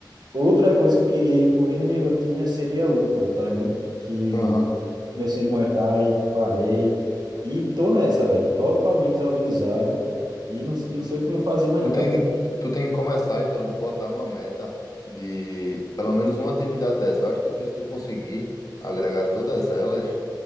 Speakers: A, on the right; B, on the left.
A: Outra coisa que eu queria incluir na minha rotina seria a luta, tá ligado? Que
B: Aham.
A: comecei Muay Thai, parei, e tô nessa, velho, totalmente desorganizado, e não, não sei como fazer amanhã
B: Tu
A: pra
B: tem que, tu tem que começar, Ítalo, botar uma meta de pelo menos uma atividade dessa. Eu acho difícil tu conseguir agregar todas elas